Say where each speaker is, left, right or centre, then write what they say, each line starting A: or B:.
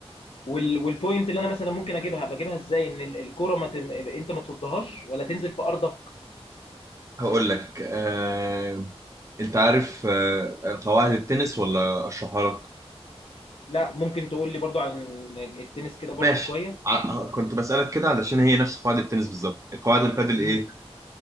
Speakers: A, on the left (about 65°); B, on the right (about 30°).
A: وال والبوينت اللي انا مثلا ممكن اجيبها بجيبها ازاي ان ال- الكره ما تم... انت ما تصدهاش ولا تنزل في ارضك
B: هقول لك آه... انت عارف آه... قواعد التنس ولا اشرحها لك
A: لا ممكن تقول لي برضو عن التنس كده برضو
B: ماشي
A: شويه
B: ع- كنت بسألك كده علشان هي نفس قواعد التنس بالظبط قواعد البادل
A: امم
B: ايه